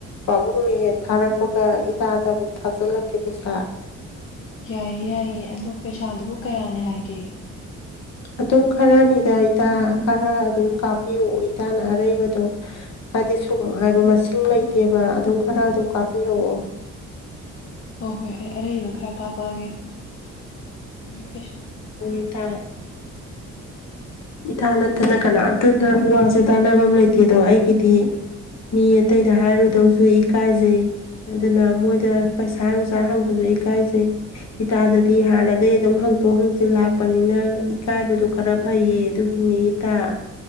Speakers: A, on the left; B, on the left.
A: ꯄꯥꯕꯨꯡꯅ ꯍꯦꯛ ꯊꯥꯔꯛꯄꯒ ꯏꯇꯥꯗ ꯊꯥꯖꯜꯂꯛꯀꯦ ꯄꯩꯁꯥ
B: ꯌꯥꯏꯌꯦ ꯌꯥꯏꯌꯦ ꯑꯗꯣ ꯄꯩꯁꯥꯗꯨꯕꯨ ꯀꯌꯥꯅꯤ ꯍꯥꯏꯒꯦ
A: ꯑꯗꯨꯝ ꯈꯔꯅꯤꯗ ꯏꯇꯥ ꯈꯔ ꯑꯗꯨꯝ ꯀꯥꯞꯄꯤꯔꯛꯑꯣ ꯏꯇꯥꯅ ꯑꯔꯩꯕꯗꯣ ꯍꯥꯏꯗꯤ ꯁꯨꯝ ꯍꯥꯏꯕ ꯃꯁꯤꯡ ꯂꯩꯇꯦꯕ ꯑꯗꯨꯝ ꯈꯔ ꯑꯗꯨꯝ ꯀꯥꯞꯄꯤꯔꯛꯑꯣ
B: ꯍꯣꯏ ꯍꯣꯏ ꯑꯩ ꯑꯔꯩꯕ ꯈꯔ ꯀꯥꯞꯄꯛꯑꯒꯦ ꯀꯩꯁꯨ
A: ꯏꯇꯥ ꯏꯅꯠꯇꯅ ꯀꯅꯥ ꯋꯥꯁꯦ ꯇꯥꯟꯅꯕꯝ ꯑꯃ ꯂꯩꯇꯦꯗꯣ ꯑꯩꯒꯤꯗꯤ ꯃꯤ ꯑꯇꯩꯗ ꯍꯥꯏꯔꯨꯗꯧꯁꯨ ꯏꯀꯥꯏꯖꯩ ꯑꯗꯨꯅ ꯃꯣꯏꯗ ꯄꯩꯁꯥ ꯅꯨꯡꯁꯥ ꯍꯪꯕꯁꯨ ꯏꯀꯥꯏꯖꯩ ꯏꯇꯥꯗ ꯍꯥꯟꯅꯗꯒꯩ ꯑꯗꯨꯝ ꯍꯪꯇꯣꯛ ꯍꯪꯆꯤꯟ ꯂꯥꯛꯄꯅꯤꯅ ꯏꯀꯥꯏꯕꯗꯣ ꯈꯔ ꯐꯩꯌꯦ ꯑꯗꯨꯒꯤꯅꯤ ꯏꯇꯥ